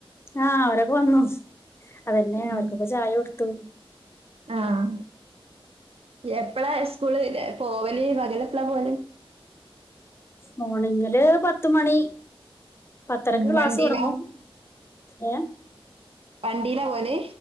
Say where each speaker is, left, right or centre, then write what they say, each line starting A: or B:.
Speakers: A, on the left (about 25°); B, on the right (about 75°).
A: ആഹ് അവരൊക്കെ വന്നു. അതന്നെ
B: ഉം
A: അവർക്കൊക്കെ ചായ കൊട്ത്തു.
B: ആഹ് യെപ്പളാ സ്കൂള് ല പോവല്? പകലെപ്പളാ പോവല്?
A: മോണിങ്ങില് പത്ത് മണി പത്തരക്ക്
B: ഉം
A: ക്ലാസ്സ്
B: വണ്ടീലാ?
A: തൊടങ്ങും. ഏഹ്
B: വണ്ടീലാ പോല്?